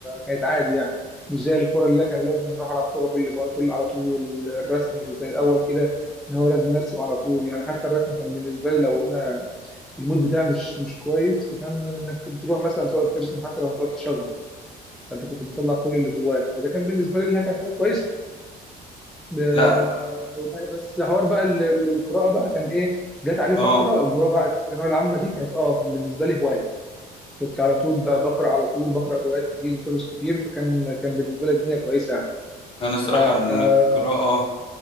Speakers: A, in the centre; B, on the left (about 30°).
A: كانت عادي يعني مش زي الكورة اللي كان لازم نروح على الكورة كل كل على طول الرسم اللي زي الأول كده ان هو لازم ارسم على طول يعني حتى الرسم كان بالنسبه لي لو انا المود بتاعي مش مش كويس فكان انك بتروح مثلا تقعد ترسم حتى لو تقعد تشخبط فانت كنت بتطلع كل اللي جواك فده كان بالنسبه لي اللي كان حاجه كويسه ده-
B: لا
A: وبقى بس حوار بقى ال- ال- القراءه بقى كان ايه جات عليه
B: اه
A: فتره اللي هو بعد الثانويه العامه دي كانت اه كان بالنسبه لي هوايه كنت على طول ب- بقرا على طول بقرا روايات كتير وقصص كتير فكان كان بالنسبه لي الدنيا كويسه يعني
B: انا الصراحة
A: فانت
B: القراءة